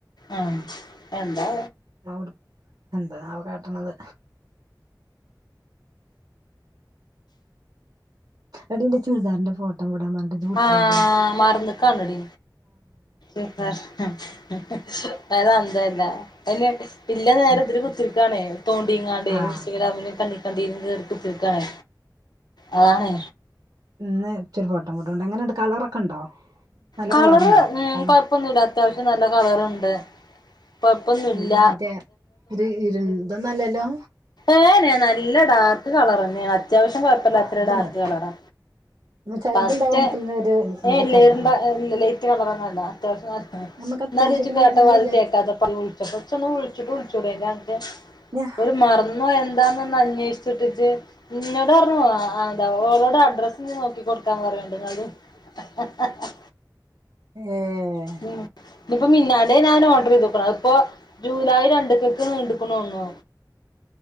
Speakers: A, on the left; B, on the right.
A: ആഹ് എന്താ
B: അവിടെ എന്താ ആവോ കട്ടണത് എടി നിന്റെ ചുരിദാറിന്റെ ഫോട്ടോ വിടാൻ പറഞ്ഞിട്ട് ഇജ്ജ് വിട്ടില്ലല്ലോ
A: ആഹ് മറന്ന്ക്കാനാടി എ ഏഹ് ആഹ് അത് അന്തല്ല അതിനീ ഇല്ല നേര
B: ഉം
A: ഇതില് കുത്തി ഇതാണെ തോണ്ടിങ്ങാണ്ട്
B: ആഹ്
A: ഇസ്റ്റഗ്രാമില് കണ്ടിര്ന്ന്ണ്ടക്ക് പോക്കാണ് അതാണ്
B: ഇന്ന ഇച്ചരി ഫോട്ടോങ്ങോട്ടു ഉണ്ട് എങ്ങനെണ്ട് കളറൊക്കെ ഉണ്ടോ നല്ല
A: കളർ
B: കളറുണ്ടോ
A: ഉം
B: അതോ
A: കൊഴപ്പൊന്നുല്ല അത്യാവശ്യം നല്ല കളറുണ്ട് കൊഴപ്പൊന്നുല്ല
B: പിന്നെ മറ്റേ ഇതില് ഇര് ഇതൊന്നുംഅല്ലല്ലോ
A: ഏനെയ നല്ല ഡാർക്ക് കളറന്നെയ അത്യാവശ്യം കുഴപ്പില്ലത
B: ആഹ്
A: ഓര്
B: ഇത്
A: ഡാർക്ക്
B: മതി
A: കളറാ
B: ന്നാ ചെലതുണ്ടാവും
A: ഫസ്റ്റ്
B: നമുക്കിങ്ങനെ ഒരു
A: ഏ
B: ഇതൊക്കെറിയ
A: ലേറിന്റെ
B: ആഹ്
A: ലേറ്റ് കളറൊന്നുംഅല്ല അത്യാവശ്യം നല്ല
B: നമുക്ക് അത്യാവശ്യത്തിന്
A: എന്നരിജ് കേട്ടപാതി
B: ഞാൻ വിചാരിച്ച്
A: കേക്കാതപ വിളിച്ചപ്പം കുറച്ചൊന്നു വിളിച്ചിട്ട് വിളിച്ചുടെ ഞനക്ക്
B: ഞാ
A: ഒരു മർന്നോ എന്താന്നന്ന് അന്വേഷിച്ചിട്ടിട്ട് നിന്നോട് പറഞ്ഞു ആഹ് എന്താ ഓളോട് അഡ്രസ് നോക്കി കൊടുക്കാൻ പറയണ്ട് നിഞത് ആഹ്
B: ഏഹ്
A: ഉം ഇപ്പോ മിന്നാന്റെ ഞാൻ ഓർഡർ ചെയ്ത്ക്കണ ഇപ്പൊ ജൂലൈ രണ്ടക്കൊക്ക് നീണ്ടക്ണുന്നു